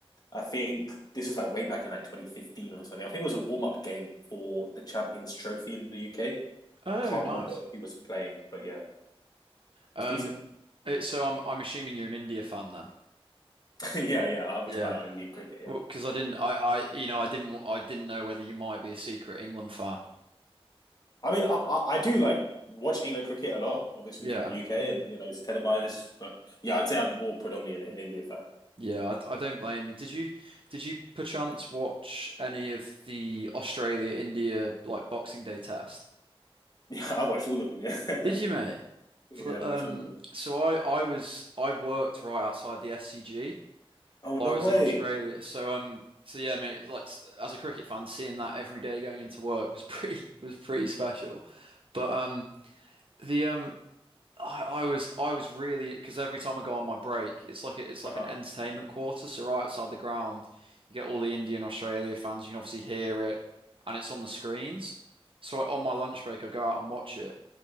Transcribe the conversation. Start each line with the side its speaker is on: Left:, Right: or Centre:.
Left: I think this was like way back in like 2015 or something. I think it was a warm up game for the Champions Trophy in the UK.
Right: Oh
Left: I can't
Right: nice.
Left: remember who was playing, but yeah.
Right: Um
Left: It's decent.
Right: it, so I'm I'm assuming you're an India fan then.
Left: <laughs> yeah, yeah. I watch
Right: Yeah.
Left: quite a lot of Indian cricket. Yeah,
Right: Well, because I didn't I I you know I didn't w- I didn't know whether you might be a secret England fan.
Left: I mean, I, I, I do like watch England cricket a lot, obviously
Right: Yeah.
Left: from the UK, and you know it's televised. But yeah, I'd say I'm more predominantly an, an India fan. <laughs>
Right: Yeah, I, I don't blame you. Did you did you perchance watch any of the Australia India like Boxing Day test?
Left: Yeah, I watched all of them. Yeah, <laughs>
Right: Did you, mate?
Left: yeah,
Right: Fl-
Left: I
Right: Um
Left: watched all of them.
Right: so I I was I worked right outside the SCG.
Left: Oh
Right: while
Left: no
Right: I was
Left: way.
Right: in Australia. So um, so yeah, mate. Like s- as a cricket fan, seeing that every day going into work was <laughs> pretty was pretty special. But um, the um, I, I was I was really because every time I go on my break, it's like a, it's
Left: Uh
Right: like
Left: huh.
Right: an entertainment quarter. So right outside the ground, you get all the India and Australia fans. You can obviously hear it, and it's on the screens. So I, on my lunch break, I go out and watch it.